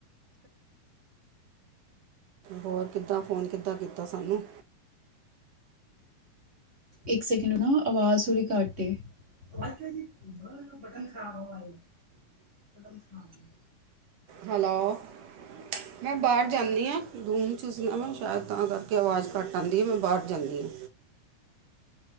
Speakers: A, on the right; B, on the right.
A: ਹੋਰ ਕਿੱਦਾਂ, ਫੋਨ ਕਿੱਦਾਂ ਕੀਤਾ ਸਾਨੂੰ।
B: ਇੱਕ ਸੈਕਿੰਡ ਨਾ ਅਵਾਜ਼ ਥੋੜੀ ਘਟ ਏ। ਅਵਾ ਤੇਰੀ ਹ ਬਟਨ ਖਰਾਬ ਹੋਨ ਲਗ ਜਾ, ਬਟਨ ਖਰਾਬ ਹ
A: ਹੈਲੋ, ਮੈਂ ਬਾਰ ਜਾਂਨੀ ਆ ਰੂਮ ਚ ਸੀ ਨਾ ਮੈਂ ਸ਼ੈਦ ਤਾਂ ਕਰਕੇ ਆਵਾਜ਼ ਘੱਟ ਆਂਦੀ ਏ, ਮੈਂ ਬਾਰ ਜਾਂਨੀ ਆਂ।